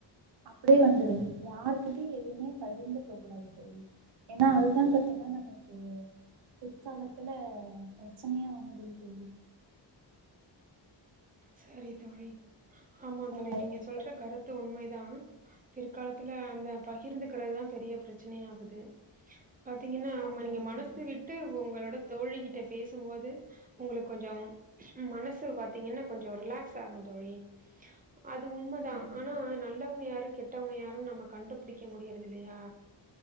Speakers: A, on the right; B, on the right.
A: அப்டியே வந்துரு யாருக்கி கிட்ட எதுவுமே பகிர்ந்துக்க கூடாது தோழி ஏன்னா அதுதா பாத்தீங்னா நமக்கு பிற்காலத்துல பிரச்சனையா வந்துடுது தோழி
B: சரி தோழி ஆமா தோழி
A: ஆஹ்
B: நீங்க
A: இப்ப
B: சொல்ற கருத்து உண்மைதா பிற்காலத்துல அந்த பகிர்ந்துக்குறதுதா பெரிய பிரச்சனை ஆகுது பாத்தீங்கன்னா
A: ஆமா
B: நீங்க
A: தோழி
B: மனசு விட் ட்டு உங்களோட தோழி கிட்ட பேசும்போது உங்களுக்கு கொஞ்ச மனசு பாத்தீங்கன்னா கொஞ்சொ ரிலாக்ஸ் ஆகு தோழி அது உண்ம தா
A: உம்
B: ஆனா நல் நல்லவங்க யாரு கெட்டவங்க யாரு நம்ம கண்டுபிடிக்க முடியிறதில்லையா